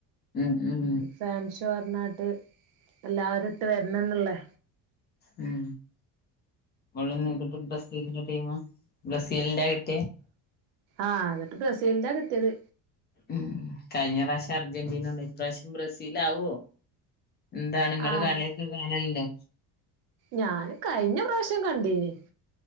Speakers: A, on the left (about 25°); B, on the right (about 85°).
A: ഉം ഉം
B: ഫാൻഷോ പറഞ്ഞാട്ട് എല്ലാരും ഇട്ട് വരണന്നൊള്ളെ
A: ഉം ഇവിടെന്നിട്ട് ബ്രസീലിന്റെ ടീമാ ബ്രസീലിന്റ കിട്ടിയേ
B: ആഹ് എന്നിട്ട് ബ്രസീലിന്റ കിട്ടിയത്
A: ഉം കഴിഞ്ഞ പ്രാവശ്യം അർജന്റീനൊണ്ടോയി ഇപ്രാവശ്യം ബ്രസീലാവോ എന്താണ് ഇങ്ങള്
B: ആഹ്
A: കളിയൊക്കെ കാണലിണ്ടോ
B: ഞാന് കഴിഞ്ഞ പ്രാശം കണ്ടീന്